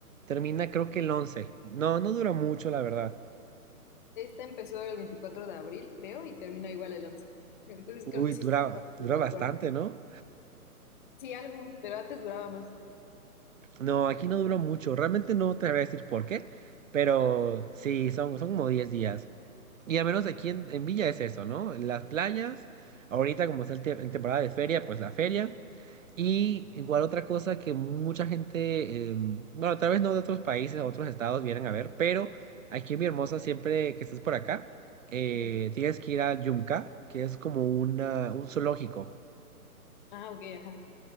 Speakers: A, on the right; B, on the left.
A: termina creo que el 11. No, no dura mucho, la verdad.
B: Esta empezó el 24 de abril, creo, y termina igual el once <laughs> Entonces
A: Uy,
B: creo que sí
A: dura,
B: se empezó, me
A: dura bastante,
B: acuerdo.
A: ¿no?
B: Sí, algo, pero antes duraba más.
A: No, aquí no duró mucho. Realmente no te voy a decir por qué, pero
B: Ah,
A: sí, son, son como 10 días. Y al menos aquí en, en Villa es eso, ¿no? Las playas, ahorita como está el te- en temporada de feria, pues la feria. Y igual otra cosa que mucha gente, eh, bueno, tal vez no de otros países, o otros estados vienen a ver, pero aquí en Mi Hermosa, siempre que estés por acá, eh,
B: ujú.
A: tienes que ir al Yumka, que es como una, un zoológico.
B: Ah, ok, ajá.